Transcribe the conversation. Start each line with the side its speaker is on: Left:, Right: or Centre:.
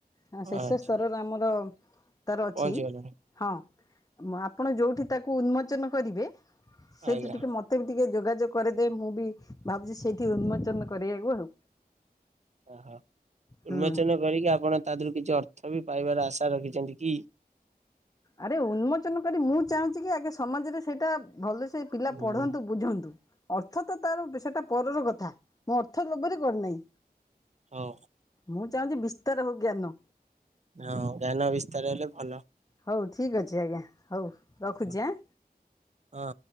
Left: ହଁ ଶେର୍ଷ
Right: ଆଚ୍ଛା
Left: ସ୍ତରରେ ଆମର ତାର ଅଛି
Right: ପହଞ୍ଚିଗଲାଣି
Left: ହଁ। ଆପଣ ଯୋଉଠି ତାକୁ ଉନ୍ମୋଚନ କରିବେ। ସେଠି
Right: ଆଜ୍ଞା
Left: ଟିକେ ମତେ ବି ଟିକେ ଯୋଗାଯ କରିଦେ ମୁଁ ବି ଭାବୁ ଉନ୍ମଚନ କରିବାକୁ ଆଉ
Right: ଓହୋ
Left: ହୁଁ।
Right: ଉନ୍ମୋଚନ କରିକି ଆପଣ ତା ଦେହରୁ କିଛି ଅର୍ଥ ବି ପାଇବାର ଆଶା ରଖିଛନ୍ତି କି?
Left: ଆରେ ଉନ୍ମୋଚନ କରି ମୁଁ ଚାହୁଁଛି କି ଆଗେ ସମାଜରେ ସେଇଟା ଭଲ ସେେ ପିଲା
Right: ହୁଁ,
Left: ପଢନ୍ତୁ ବୁଝନ୍ତୁ ଅର୍ଥ ତ ତାର ସେଇଟା ପରର କଥା। ଥା। ମୁଁ ଅର୍ଥ ଲୋଭରେ କରିନାହିଁ।
Right: ହଉ
Left: ମୁଁ ଚାହୁଁଛି ବିସ୍ତାର ହଉ ଜ୍ଞାନ।
Right: ହଁ ଜ୍ଞାନ ବିସ୍ତାର ହେଲେ ଭଲ।
Left: ହଉ ଠିକ୍ ଅଛି ଆଜ୍ଞା ହଉ। ରଖୁଛି
Right: ହଁ
Left: ଆଁ।
Right: ହଁ।